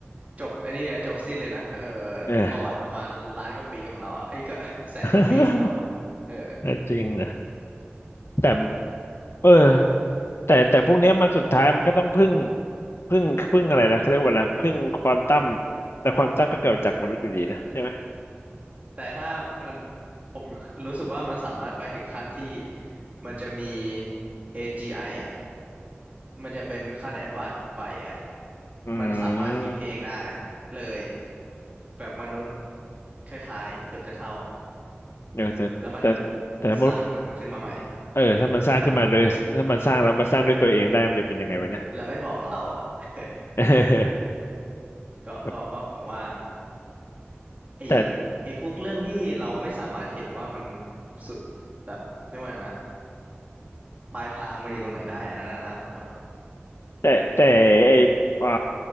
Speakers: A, on the right; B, on the left.
A: จบไอันนี้เนี่ยจบสิ้นเลยนะเออ
B: เออ
A: ประวัติประมาณล้านกว่าปีของเราอะเอ้ยก็ <laughs> แสนกว่าปีของเรา
B: <laughs>
A: เออ
B: น่าจริงนะแต่เออแต่แต่พวกเนี้ยมันสุดท้ายมันก็ต้องพึ่งพึ่งพึ่งอะไรนะเขาเรียกว่าอะไรพึ่งควอนตัมแต่ควอนตัมก็เกิดจากมนุษย์อยู่ดีนะใช่ไหม
A: แต่ถ้ามันผมรู้สึกว่ามันสามารถไปถึงขั้นที่มันจะมี AGI อจีไออ่ะมันจะเป็นขั้นแอดวานซ์กว่า AI
B: อืม
A: มันสามารถคิดเองได้เลยแบบมนุษย์คล้ายๆเกือบจะเท่า
B: เออแต่แต่
A: แล้วมัน
B: แต่สมมติ
A: สร้างหุ่นขึ้นมาใหม่
B: เออถ้ามันสร้างขึ้นมาโดยถ้ามันสร้างแล้วมาสร้างด้วยตัวเองได้มันจะเป็นยังไงวะเนย
A: ประมาณนั้นแล้วไม่บอกเราอ่ะ <laughs> เออ
B: <laughs> เอ
A: ก็ก็ก็ผมว่า
B: อ
A: ไอ
B: แต่
A: ไอพวกเรื่องที่เราไม่สามารถเห็นว่ามันสุดแบบเรียกว่าไงนะปลายทางมันอยู่ตรงไหนได้อันนั้นน่าน่ากลัว
B: แต่แต่ไออ่า